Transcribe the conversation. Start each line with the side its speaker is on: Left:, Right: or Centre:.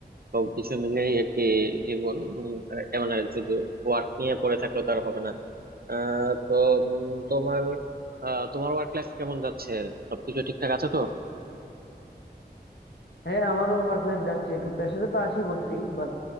Right: সবকিছু মিলেই আর কি জীবন উম, এ- মানে শুধু ওয়ার্ক নিয়ে পড়ে থাকলে তার হবে না আহ তো উম, তোমার আহ, তোমার ওয়ার্ক লাইফ কেমন যাচ্ছে সবকিছু ঠিকঠাক আছে তো
Left: হ্যাঁ আমারও ওয়ার্ক লাইফ যাচ্ছে একটু প্রেশারে তো আছি বটে বাট